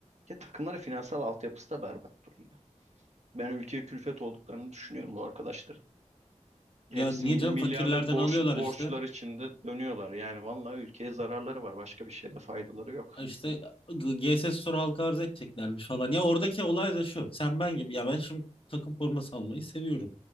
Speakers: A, on the right; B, on the left.
A: Ya takımların finansal altyapısı da berbat durumda. Ben ülkeye külfet olduklarını düşünüyorum bu arkadaşların.
B: Ya
A: Hepsi
B: niye
A: mil-
B: canım
A: milyarlık
B: fakirlerden
A: borç,
B: alıyorlar
A: borçlar
B: işte.
A: içinde dönüyorlar. Yani vallahi ülkeye zararları var. Başka bir şeyde faydaları yok.
B: İşte GS Store halka arz edeceklermiş falan. Ya oradaki olay da şu. Sen ben gibi. Ya ben şimdi takım forması almayı seviyorum.